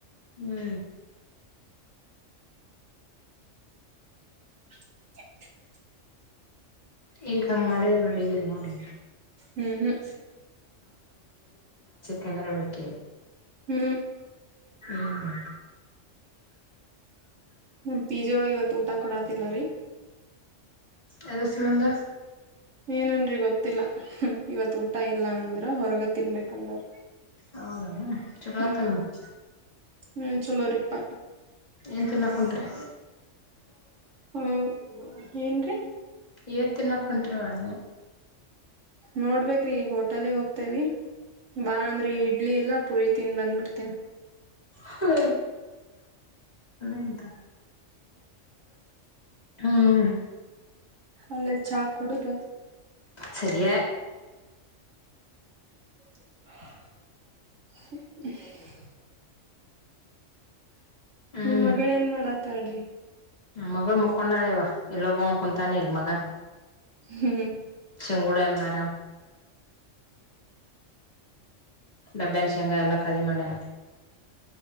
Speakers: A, on the left; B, on the right.
A: ಹ್ಮ್
B: <inaudible>
A: ಈಗ ಹಂಗ ಮಾಡಿದ್ರ ನೋಡಿದೀರಿ ನೋಡಿ
B: ಹ್ಮ್ ಹ್ಮ್
A: ಕಂದ್ರ ಬೆಳಕ್ಕೆ
B: ಹ್ಮ್
A: ಹ್ಮ
B: ನಿಮ್ ಪಿಜೆ ಒಳಗೆ ಇವತ್ತು ಊಟ ಕೊಡತಿಲ್ಲ ರೀ
A: ಅದ ಸಂಬಂಧ
B: ಏನನ್ರರಿ ಗೊತ್ತಿಲ್ಲ ಇವತ್ ಊಟ ಇಲ್ಲ ಅಂದ್ರ ಹೊರಗ ತಿನ್ಬೇಕಂದವ್ರಿ
A: ಹೌದನ ಚಲೋ
B: ಹ್ಮ್
A: ಆತಲ್ ಮತ್
B: ಹ್ಮ್ ಸಲರಿಪ್ಪ
A: ಏನ್ ತಿನ್ನಕ್ಂಟ್ರಿ
B: ಹ್ಮ್ ಏನ್ರೀ
A: ಏನ್ ತಿನ್ನಕ್ಂಟ್ರವಾನ್ನ
B: ನೋಡ್ಬೇಕ್ರಿ ಈಗ ಹೋಟೆಲ್ಗೆ ಹೋಗ್ತೇವಿ ಬಾ ಅಂದ್ರೆ ಇಡ್ಲಿ ಇಲ್ಲ ಪುರಿ ತಿನ್ ಬಂದ್ಬಿಡ್ತೀನಿ
A: ಹೌ ಇದ್ದ ಹ್ಮ್
B: ಅಲ್ಲ ಚಾ ಕುಡುದ
A: ಸರಿಯಾ
B: <inaudible>
A: ಹ್ಮ್
B: ನಿಮ್ ಮಗಳ ಏನ್ ಮಾಡತ ಅಡ್ರಿ
A: ನಮ್ ಮಗಳು ಮುಕೊಂಡಾಳೆವ ಎಲ್ಲೊಬ್ ಕುಂತಾನೆ ಇಲ್ ಮಗ
B: ಹ್ಮ್
A: ಚೆಂಗುಡನ್ಮರಾ ಡಬ್ಬಾನ ಶೇಂಗಾ ಎಲ್ಲ ಖದಿ ಮಾಡ್ಯಣ